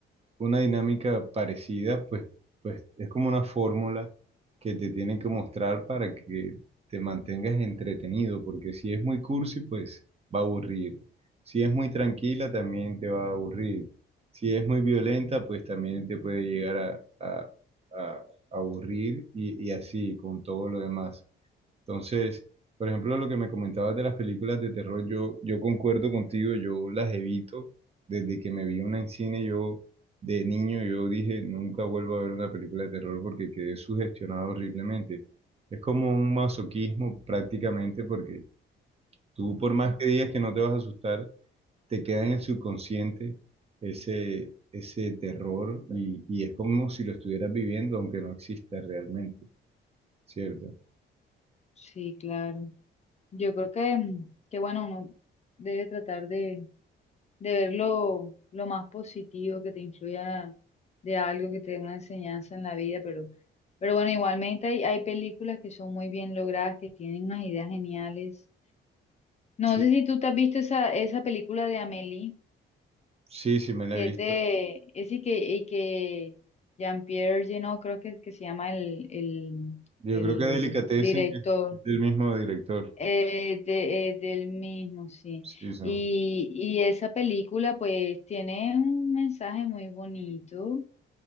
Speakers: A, on the right (about 30°); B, on the left (about 35°).
A: una dinámica parecida, pues, pues es como una fórmula que te tienen que mostrar para que te mantengas entretenido, porque si es muy cursi, pues va a aburrir. Si es muy tranquila, también te va a aburrir. Si es muy violenta, pues también te puede llegar a, a- a- a aburrir y, y así con todo lo demás. Entonces, por ejemplo, lo que me comentabas de las películas de terror, yo, yo concuerdo contigo, yo las evito. Desde que me vi una en cine, yo de niño, yo dije, nunca vuelvo a ver una película de terror porque quedé sugestionado horriblemente. Es como un masoquismo prácticamente porque tú, por más que digas que no te vas a asustar, te queda en el subconsciente ese, ese terror y, y es como si lo estuvieras viviendo aunque no exista realmente, ¿cierto?
B: Sí, claro. Yo creo que, mm, que bueno, uno debe tratar de, de ver lo, lo más positivo que te influya de algo que te dé una enseñanza en la vida, pero, pero bueno, igualmente hay, hay películas que son muy bien logradas, que tienen unas ideas geniales.
A: Sí,
B: No sé si tú te has visto esa, esa película de Amélie,
A: sí, sí me la
B: que
A: he visto.
B: es de, es y que, y que Jean-Pierre Jeunet, creo que, que se llama el, el,
A: Yo
B: el
A: creo que Delicatessen
B: director.
A: es del mismo director.
B: Eh, de- eh, del mismo, sí.
A: Sí, son.
B: Y, y esa película pues tiene un mensaje muy bonito,